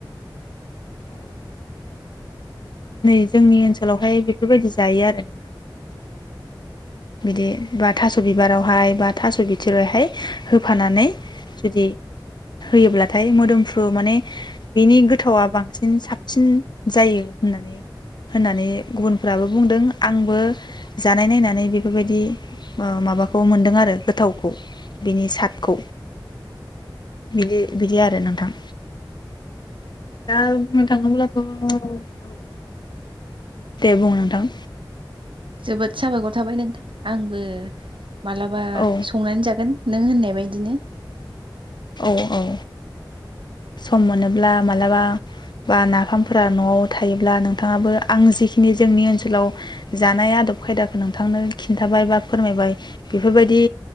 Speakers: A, on the left; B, on the right.
A: अ नै जोंनि ओनसोलावहाय बेफोरबायदि जायो आरो नोंथां बिदि बा थास' बिबारावहाय बा थास' बिथोरावहाय होफानानै जुदि होयोब्लाथाय मोदोमफ्रु माने बिनि गोथावा बांसिन साबसिन जायो होननानै होननानै गुबुनफ्राबो बुंदों आंबो जानाय नायनानै बे बेफोरबायदि माबाखौ मोनदों आरो गोथावखौ बिनि साटखौ बिदि बिदि आरो नोंथां दा बुंनो थाङोब्लाथ' औ दे बुं नोंथां
B: जोबोद साबायखर थाबाय नोंथां आंबो मालाबा
A: औ
B: संनानै जागोन नों होननाय बायदिनो
A: औ औ सम मोनोब्ला मालाबा बा नाफामफोरा न'आव थायोब्ला नोंथाङाबो आं जिखिनि जोंनि ओनसोलाव जानाय आदब खायदाखौ नोंथांनो खिन्थाबाय बा फोरमायबाय बेफोरबायदि